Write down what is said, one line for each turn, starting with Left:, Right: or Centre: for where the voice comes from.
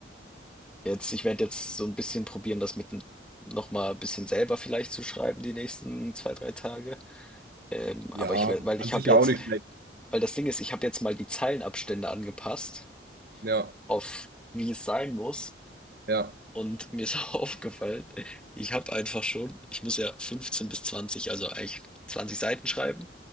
Centre: jetzt, ich werde jetzt so ein bisschen probieren, das mit n- noch mal ein bisschen selber vielleicht zu schreiben die nächsten zwei, drei Tage. Ähm,
Right: Ja,
Centre: aber ich werde, weil
Right: an
Centre: ich
Right: sich
Centre: habe
Right: ja
Centre: jetzt,
Right: auch nicht schlecht.
Centre: weil das Ding ist, ich habe jetzt mal die Zeilenabstände angepasst
Right: Ja,
Centre: auf wie es sein muss.
Right: ja,
Centre: Und mir ist <laughs> aufgefallen, ich habe einfach schon, ich muss ja 15 bis 20, also eigentlich 20 Seiten schreiben.